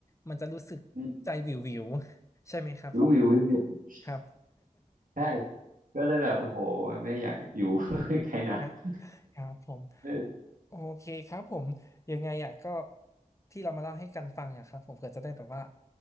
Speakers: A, on the left; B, on the right.
A: มันจะรู้สึกใจวิววิว
B: อืม
A: <laughs> ใช่ไหมครับผม
B: รู้วิวรู้วิว
A: ครับ
B: ใช่ก็เลยแบบโอ้โหไม่อยากอยู่ <laughs> ใครนะ
A: <laughs>
B: <laughs>
A: ครับผม
B: เออ
A: โอเคครับผมยังไงอ่ะก็ที่เรามาเล่าให้กันฟังอ่ะครับผมเผื่อจะได้แบบว่า